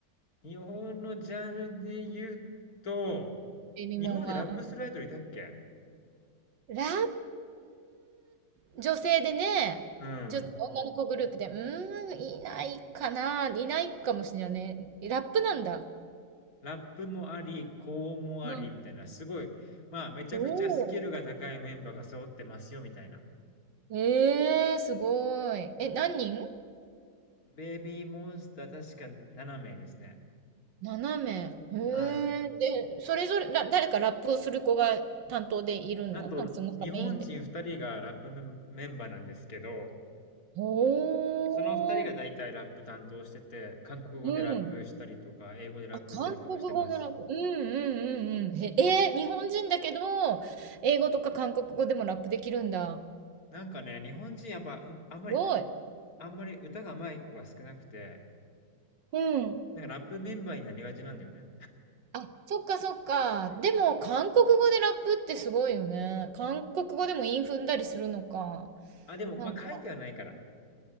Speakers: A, on the left; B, on the right.
A: 日本のジャンルで言うと、
B: エミモンは。
A: 日本でラップするアイドルいたっけ
B: うん。ラップ、女性でね、
A: うん。
B: 女、女の子グループで、うーん、いないかな、いないかもしれないね。ラップなんだ。
A: ラップもあり、高音もありみたいな、
B: うん。
A: すごい、まあ、めちゃくちゃスキルが高いメンバーが揃ってますよみたいな。
B: おお。ええー、すごい。え、何人
A: ベイビーモンスター確か7名ですね。
B: 斜めへ
A: はい。
B: え。で、それぞれ、ら誰かラップをする子が担当でいるのなんかその中メインで。
A: なんと、日本人2人がラップメンメンバーなんですけど、
B: おー。
A: その2人がだいたいラップ担当してて、韓国語でラップしたりとか、
B: うん。
A: 英語でラップしたりとかしてます。
B: あ、韓国語のラップ。うんうんうんうん。へ、えー日本人だけど、英語とか韓国語でもラップできるんだ。
A: なんかね、日本人やっぱ、うん、あんまり、
B: すごい。
A: あんまり歌が上手い子が少なくて、
B: うん。
A: なんかラップメンバーになりがちなんだよね。
B: あ、そっかそっか。でも、韓国語でラップってすごいよね。韓国語でも韻踏んだりするのか。
A: <laughs> あ、でも、
B: なんか、
A: まあ、書いてはないから。